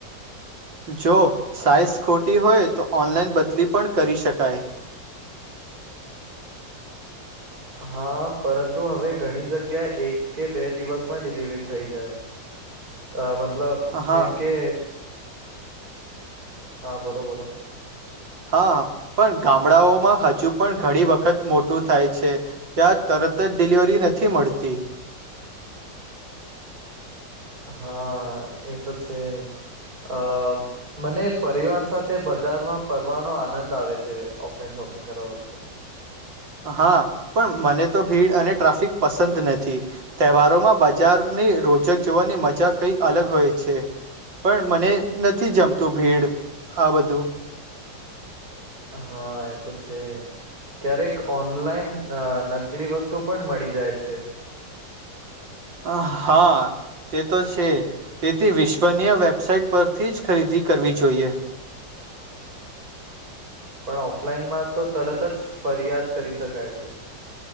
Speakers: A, on the right; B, on the right.
A: જો સાઈઝ ખોટી હોય તો ઓનલાઈન બદલી પણ કરી શકાય.
B: હા પરંતુ હવે ઘણી જગ્યા એક કે બે દિવસમાં ડિલિવરી થઈ જાય. અહ મતલબ
A: હા
B: એમ કે, હા બોલો-બોલો.
A: હા. પણ ગામડાઓમાં હજુ પણ ઘણી વખત મોટું થાય છે. ત્યાં તરત જ ડિલિવરી નથી મળતી.
B: હા એ તો છે. અહ મને પરિવાર સાથે બજારમાં ફરવાનો આનંદ આવે છે, ઓફલાઈન શોપિંગ કરવા વખતે.
A: હા. પણ મને તો ભીડ અને ટ્રાફિક પસંદ નથી. તહેવારોમાં બજારની રોજક જોવાની મજા કંઈ અલગ હોય છે. પણ મને નથી જમતું ભીડ, આ બધું.
B: હા, એ તો છે. ક્યારેક ઓનલાઈન અ નકલી વસ્તુ પણ મળી જાય છે.
A: અ, હા. તે તો છે. તેથી વિશ્વનીય વેબસાઈટ પરથી જ ખરીદી કરવી જોઈએ.
B: પણ ઓફલાઈનમાં તો તરત જ ફરિયાદ કરી શકાય છે.